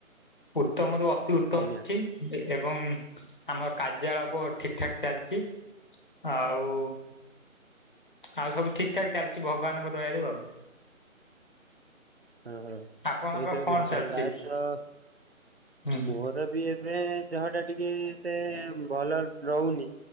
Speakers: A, on the left (about 40°); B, on the right (about 50°).
A: ଉତ୍ତମରୁ ଅତ ଅତି ଉତ୍ତମ
B: ଆଜ୍ଞା
A: ଅଛି ଏ ଏବଂ ଆମର କାର୍ଯ୍ୟାଳପ ଠିକଠାକ ଚାଲିଛି। ଆଉ ଆଉ ସବୁ ଠିକଠାକ ଚାଲିଛି ଭଗବାନଙ୍କ ଦୟାରୁୁ ଆଉ।
B: ଓହୋ!
A: ଆପଣଙ୍କ
B: ଏଇସବୁ
A: କଣ
B: ଜିନିଷ
A: ଚାଲିଛି
B: ପ୍ରାୟତଃ
A: ହୁଁ
B: ମୋର ବି ଏବେ ଏବେ ଦେହଟା ଟିକେ ଏତେ ଭଲ ରହୁନି